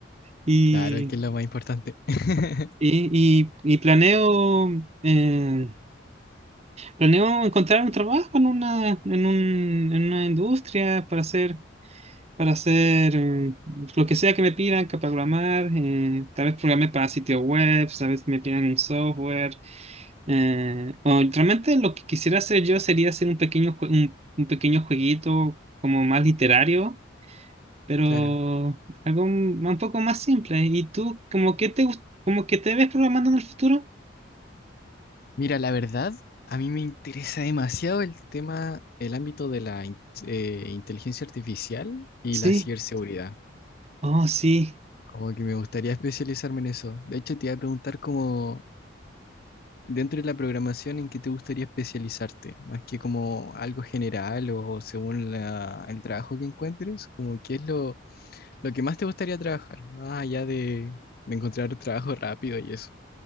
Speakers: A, on the right; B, on the left.
A: Y,
B: claro, que es lo más importante. <laughs>
A: y, y, y planeo... eh, planeo encontrar un trabajo en una, en un, en una industria para hacer, para hacer eh, lo que sea que me pidan, que programar, eh, tal vez programé para sitios web, tal vez me pidan un software. Eh, o realmente lo que quisiera hacer yo sería hacer un pequeño, jue- un, un pequeño jueguito como más literario, pero
B: Claro.
A: algo un, un poco más simple. ¿Y tú, como que te, gust- como que te ves programando en el futuro?
B: Mira, la verdad, a mí me interesa demasiado el tema, el ámbito de la in- eh, inteligencia artificial y
A: Sí,
B: la ciberseguridad.
A: Oh, sí.
B: Como que me gustaría especializarme en eso. De hecho, te iba a preguntar como, dentro de la programación, ¿en qué te gustaría especializarte? Más que como algo general o según la- el trabajo que encuentres, como qué es lo Lo que más te gustaría trabajar, más allá de, de encontrar trabajo rápido y eso,